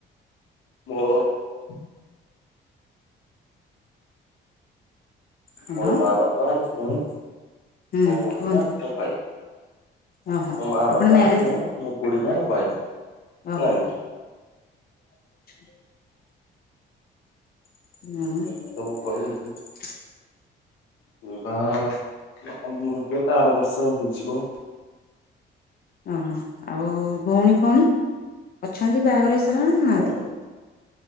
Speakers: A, on the left; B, on the left.
A: <unintelligible>
B: ହ୍ୟାଲୋ
A: ମୋର ମା ବାପା ମୁଁ ମୋ
B: ହୁଁ
A: ବୁଢ଼ୀ
B: କୁହନ୍ତୁ।
A: ମା ଆଉ ଭାଇ।
B: ଓହୋ
A: ମୋ ମା
B: ଆପଣ
A: ବାପା
B: ମ୍ୟାରେଜ
A: ମୁଁ ମୋ ବୁଢ଼ୀମା ଆଉ ଭାଇ।
B: ଅଃ।
A: ନାଇଁ ନାଇଁ
B: <inaudible> <unintelligible>
A: ଏଠି ତ ମୁଁ କରିନି ବିବାହ <unintelligible> ଆର ବର୍ଷ ହେଇଯିବ।
B: ଅଃ ଆଉ ଭୋଉଣୀ ଫୋଉଣୀ ଅଛନ୍ତି ବାହାଘର ହେଇ <unintelligible> ନାହାନ୍ତି।
A: ନାଇଁ ନାଇଁ